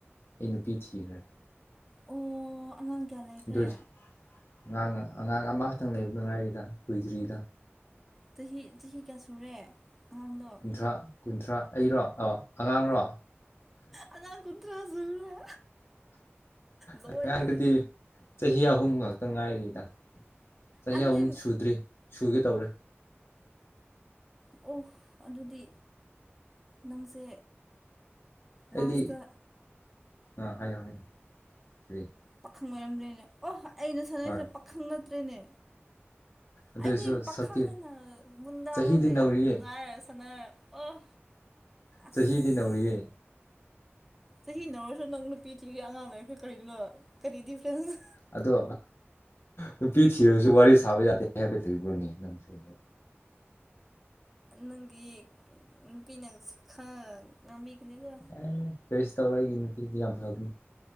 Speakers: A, on the left (about 60°); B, in the centre.
A: ꯑꯩ ꯅꯨꯄꯤ ꯊꯤꯈ꯭ꯔꯦ
B: ꯑꯣ ꯑꯉꯥꯡ ꯀꯌꯥ ꯂꯩꯈ꯭ꯔꯦ
A: ꯑꯗꯨꯖꯤ ꯑꯉꯥꯡ ꯑꯉꯥꯡ ꯑꯃꯈꯛꯇꯪ ꯂꯩꯕꯗ ꯉꯥꯏꯔꯤꯗ ꯀꯨꯏꯗ꯭ꯔꯤꯗ
B: ꯆꯍꯤ ꯆꯍꯤ ꯀꯌꯥ ꯁꯨꯔꯦ ꯑꯉꯥꯡꯗꯣ
A: ꯊ꯭ꯔꯥ ꯀꯨꯟꯊ꯭ꯔꯥ ꯑꯩꯔꯣ ꯑ ꯑꯉꯥꯡꯔꯣ
B: ꯑꯉꯥꯡ ꯀꯨꯟꯊ꯭ꯔꯥ ꯁꯨꯔꯦ ꯂꯣꯏꯔꯦ
A: ꯑꯉꯥꯡꯗꯨꯗꯤ ꯆꯍꯤ ꯑꯍꯨꯝ ꯉꯥꯛꯇ ꯉꯥꯏꯔꯤꯗ ꯆꯍꯤ
B: ꯑꯗꯨꯗꯤ
A: ꯑꯍꯨꯝ ꯁꯨꯗ꯭ꯔꯤ ꯁꯨꯒꯦ ꯇꯧꯔꯦ
B: ꯑꯣ ꯑꯗꯨꯗꯤ ꯅꯪꯁꯦ ꯂꯥꯁꯇ
A: ꯑꯩꯗꯤ ꯑꯥ ꯍꯥꯏꯌꯣ ꯍꯥꯏꯌꯣ ꯂꯩ
B: ꯄꯥꯈꯪ ꯑꯣꯏꯔꯝꯗ꯭ꯔ‌ꯦꯅꯦ ꯑꯣ ꯑꯩꯅ ꯁꯥꯟꯅꯔꯤꯁꯦ
A: ꯍꯣꯏ
B: ꯄꯥꯈꯪ ꯅꯠꯇ꯭ꯔꯦꯅꯦ
A: ꯑꯗꯨꯏꯁꯨ
B: ꯑꯩꯗꯤ ꯄꯥꯈꯪꯅ‌ꯦꯅ
A: ꯁꯛꯇꯤ
B: ꯃꯨꯟꯗꯥꯒꯁꯦ
A: ꯆꯍꯤꯗꯤ ꯅꯧꯔꯤꯌꯦ
B: ꯌꯥꯝ ꯅꯨꯡꯉꯥꯏꯔ ꯁꯥꯟꯅꯔ ꯑꯣ ꯑꯁ
A: ꯆꯍꯤꯗꯤ ꯅꯧꯔꯤꯌꯦ
B: ꯆꯍꯤ ꯅꯧꯔꯁꯨ ꯅꯪ ꯅꯨꯄꯤ ꯊꯤꯒꯤ ꯑꯉꯥꯡ ꯂꯩꯈ꯭ꯔ‌ꯦ ꯀꯔꯤꯅꯣ ꯀꯔꯤ ꯗꯤꯐ꯭ꯔꯦꯟꯁꯅꯣ
A: ꯑꯗꯣ ꯅꯨꯄꯤ ꯊꯤꯔꯁꯨ ꯋꯥꯔꯤ ꯁꯥꯕ ꯌꯥꯗꯦ ꯍꯥꯏꯕ ꯂꯩꯕ꯭ꯔꯣꯅꯦ ꯅꯪꯁꯨ
B: ꯅꯪꯒꯤ ꯅꯨꯄꯤꯅꯁꯨ ꯈꯪꯉꯒ ꯉꯥꯡꯕꯤꯒꯅꯤꯗ
A: ꯎꯝ ꯀꯔꯤꯁꯨ ꯇꯧꯔ‌ꯣꯏ ꯑꯩꯒꯤ ꯅꯨꯄꯤꯗꯤ ꯌꯥꯝ ꯐꯕꯅꯤ